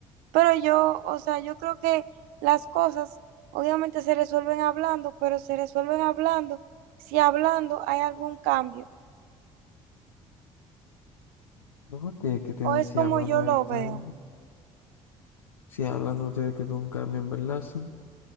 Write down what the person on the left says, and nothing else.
No, tiene que tener,
si
hablando
de
tan-
si hablando tiene que tener un cambio en verdad, sí.